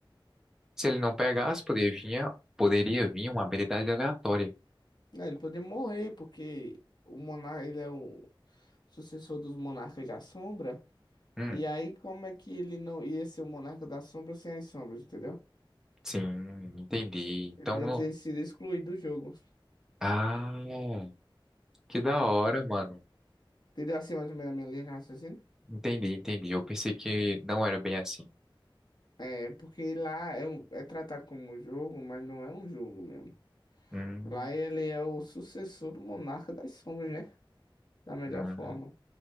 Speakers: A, in the centre; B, on the left.
A: Se ele não pegasse, poderia vir, poderia vir uma habilidade aleatória.
B: É, Ele poderia morrer, porque o monarca, ele é o sucessor dos monarcas da sombra.
A: Hum,
B: E aí, como é que ele não ia ser o monarca da sombra sem as sombras, entendeu?
A: sim, entendi.
B: Ele
A: Então,
B: poderia
A: não-
B: ter sido excluído do jogo.
A: ah, que da hora, mano.
B: Entendeu assim mais ou menos a minha linha de raciocínio?
A: Entendi, entendi. Eu pensei que não era bem assim.
B: É, porque lá é, um- é tratado como um jogo, mas não é um jogo mesmo.
A: Hum,
B: Lá ele é o sucessor do Monarca das Sombras, né? Da melhor
A: hum.
B: forma.